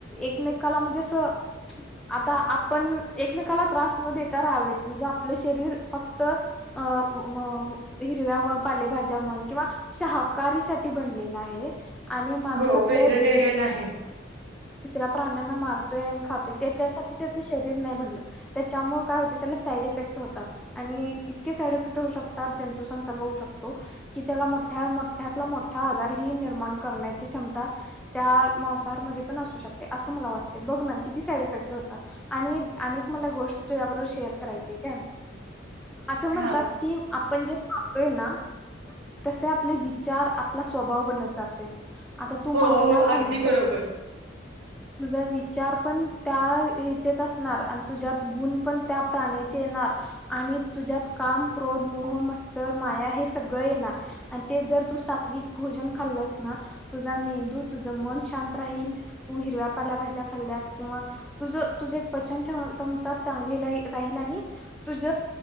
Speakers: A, in the centre; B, on the right.
A: एकमेकाला म्हणजे असं आता आपण... एकमेकाला त्रास न देता राहावेत... म्हणजे आप आपलं शरीर फक्त... अं... वं... हिरव्या व पालेभाज्या म्हण किंवा शाहकारीसाठी बनलेलं आहे आणि माणूस
B: हो
A: आपल्या
B: व्हेजिटेरियन
A: जिबे-
B: आहे.
A: दुसऱ्या प्राण्यांना मारतोय आणि खातोय... त्याच्यासाठी त्याचं शरीर नाही बनलं त्याच्यामुळे काय होते... त्याला साईड इफेक्ट होतात. आणि इतके साईड इफेक्ट होऊ शकतात... जंतूसंसर्ग होऊ शकतो कि त्याला मोठ्या... मोठ्यातला मोठा... आजार ही निर्माण करण्याची क्षमता त्या मांसाहारमध्ये... पण असू शकते... असं मला वाटते... बघ ना किती साईड इफेक्ट होतात. आणि आणी एक मला गोष्ट तुझ्याबरोबर शेअर करायचीय काय... असं म्हणतात
B: हा
A: कि आपण जे खातोय ना... तसे आपले विचार... आपला स्वभाव बनत जातोय. आता
B: हो
A: तू मांसाहार
B: हो अगदी
A: खल्लीस
B: बरोबर.
A: तर तुझा विचार पण... त्या हेचेच असणार... आणि तुझ्यात गुण पण त्या प्राण्याचे येणार आणि तुझ्यात काम, क्रोध, मोह, मत्सर, माया हे सगळ येणार आणि ते जर तू सात्विक भोजन खाल्लस ना तुझा मेंदू तुझं मन शांत राहील तू हिरव्या पाल्याभाज्या खाल्ल्यास किंवा तुझ तुझ एकच्चनमतमता चांगली रा राहील आणि तुझ